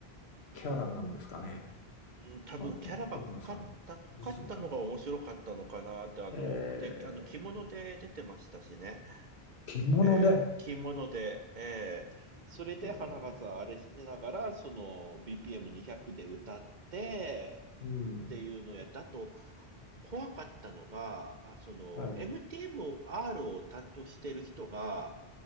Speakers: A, on the left (about 85°); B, on the right (about 50°).
A: キャラなんですかね、
B: うん、多分キャラが濃かった、
A: その奥野さん自身が。
B: 濃かったのが面白かったのかなって、あの、
A: えー
B: で、あの、着物で出てましたしね。
A: 着物で、
B: えー着物で、えーそれで花がさん、
A: え
B: あれしながら、その BPM200 で歌って、
A: ーうん、
B: っていうのをやった。あと、怖かったのが、あその、
A: はい、
B: MTMR を担当している人が、